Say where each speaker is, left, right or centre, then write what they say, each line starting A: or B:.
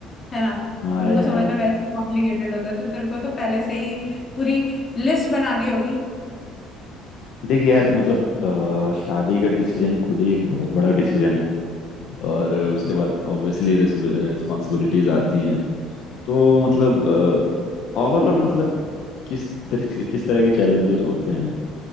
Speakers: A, on the left; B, on the left.
A: है ना
B: हाँ
A: तो उनको
B: यार
A: समझना वैसे ही कॉम्प्लिकेटेड होता है तो तेरे को तो पहले से ही पूरी लिस्ट बनानी होगी
B: देख यार मतलब अ, शादी का डिसीजन खुद ही एक बहुत बड़ा डिसीजन है और उसके बाद ऑब्वियसली रिस्पॉन्सिबिलिटीज आती हैं तो मतलब ओवरऑल मतलब किस तरह किस तरह के चैलेंजेस होते हैं